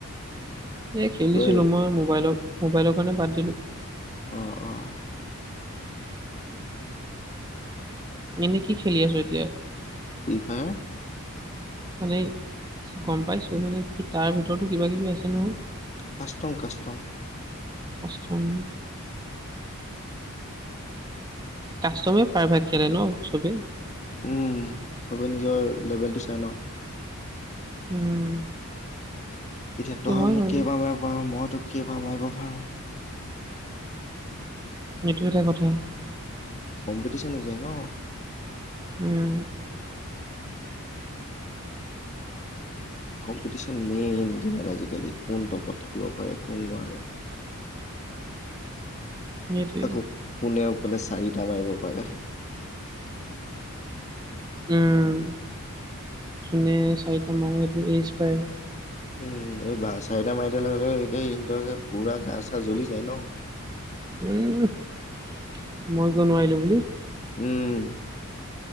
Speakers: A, on the right (about 20°); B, on the left (about 30°).
A: এই খেলেলিছিলোঁ
B: তই
A: মই মোবাইলৰ মোবাইলৰ কাৰণে বাদ দিলোঁ
B: অ অ
A: এনেই কি খেলি আছ এতিয়া
B: ফ্ৰি ফায়াৰ
A: মানে গম পাইছোঁ মানে কি তাৰ ভিতৰতো কিবা কিবি আছে ন
B: কাষ্টম কাষ্টম
A: কাষ্টম কাষ্টমে প্ৰাৰভাগ খালে ন চবেই
B: উম চবে নিজৰ লেবেল টো চাই ন
A: উম
B: এতিয়া
A: সেইটো
B: তই
A: হয়
B: মোক
A: বাৰু
B: কেইবাৰ মাৰিব পাৰো মই তোক কেইবাৰ মাৰিব পাৰোঁ
A: এইটো এটা কথা
B: কম্পিটিচন হৈ যায় ন
A: উম
B: কম্পিটিশন মেইন গেমত আজিকালি কোন টপত থাকিব পাৰে কোন নোৱাৰে
A: সেইটোৱে
B: আকৌ কোনেও অকলে চাৰিটা মাৰিব পাৰে
A: উম যোনে চাৰিটা মাৰে সেইটো এইচ পায়
B: উম এই বা চাৰিটা মাৰি দিয়াৰ লগে লগে এই নিজকে পুৰা গা চা জ্বলি যায় ন
A: উম মই কিয় নোৱাৰিলোঁ বুলি
B: উম